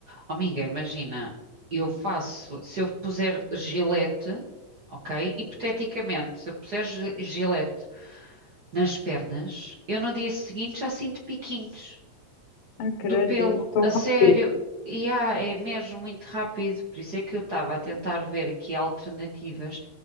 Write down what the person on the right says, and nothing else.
Oh, amiga, imagina, eu faço, se eu puser gilete, ok? Hipoteticamente, se eu puser gi- gilete nas pernas, eu no dia seguinte já sinto piquinhos
do pelo,
a
sério. E ah, é mesmo muito rápido, por isso é que eu estava a tentar ver aqui alternativas